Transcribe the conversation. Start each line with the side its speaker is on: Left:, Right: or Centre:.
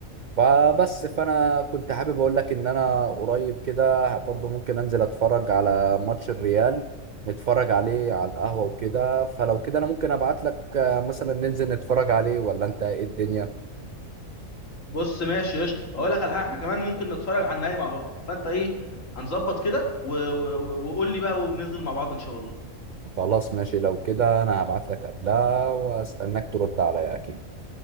Right: فبس فانا كنت حابب اقول لك ان انا قريب كده برضو ممكن انزل اتفرج على ماتش الريال نتفرج عليه على القهوة وكده فلو كده انا ممكن ابعت لك آه، مثلا ننزل نتفرج عليه ولا انت ايه الدنيا
Left: بص ماشي قشطه هقول لك على حاجه احنا كمان ممكن نتفرج على النهائي مع بعض فانت ايه هنظبط كده و- و- و- وقول لي بقى وننزل مع بعض ان شاء الله
Right: خلاص ماشي لو كده انا هبعت لك قبلها واستناك ترد عليا اكيد